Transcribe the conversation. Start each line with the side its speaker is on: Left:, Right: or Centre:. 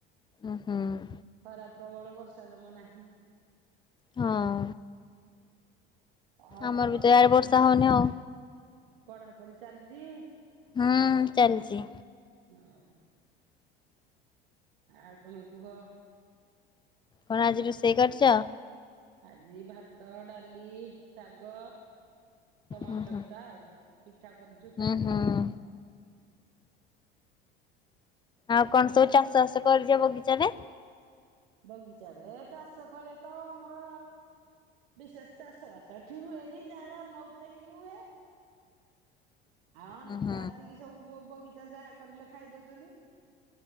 Left: ଉଁ, ହୁଁ।
Right: ଖରା ପ୍ରବଳ ବର୍ଷା ଜମା ନାହିଁ।
Left: ହଁ।
Right: ଆଉ
Left: ଆମର
Right: କଣ
Left: ବି ତ
Right: ପଢା
Left: ଇଆଡେ ବର୍ଷା ହଉନି ଆଉ।
Right: ପଢାପଢି ଚାଲିଚି?
Left: ହୁଁ ଚାଲିଚି।
Right: ହଁ। ଆଉ କଣ କୁହ?
Left: କଣ ଆଜି ରୋଷେଇ କରିଚ?
Right: ଆଜି ଭାତ, ଡାଲି, ଶାଗ। ଟମାଟ
Left: ଉଁ
Right: ଚକଟା
Left: ହୁଁ
Right: ଆଉ। ପିଠା କରିଚୁ ଖାଇବୁ
Left: ଉଁ ହୁଁ
Right: ଆଉ।
Left: ଆଉ କଣ ସବୁ ଚାଷ ବାସ କରିଚ ବଗିଚାରେ?
Right: ବଗିଚାରେ ଚାଷ କହିଲେ ତ ଆମର ବିଶେଷ ଚାଷ ବାଷ ଏଠି ହୁଏନି ଯାହା ଧାନ ଉପରେ ହିଁ ହୁଏ। ଆଉ ଅନୁ
Left: ଉଁ ହୁଁ
Right: ତ ଆସିକି ସବୁ ବଗିଚା ଯାହା କରିଲେ ଖାଇ ଦଉଚନ୍ତି।